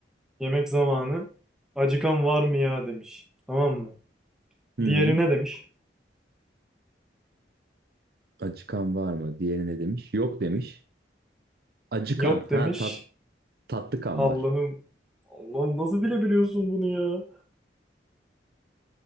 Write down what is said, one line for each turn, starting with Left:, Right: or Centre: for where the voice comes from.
Centre: yemek zamanı acıkan var mı ya demiş. Tamam mı?
Right: Hı.
Centre: Diğeri ne demiş?
Right: Acıkan var mı? Diğeri ne demiş? Yok demiş. Acıkan.
Centre: Yok
Right: Ha
Centre: demiş.
Right: tat, tatlı kan
Centre: Allah'ım.
Right: var.
Centre: Allah'ım nasıl bilebiliyorsun bunu ya?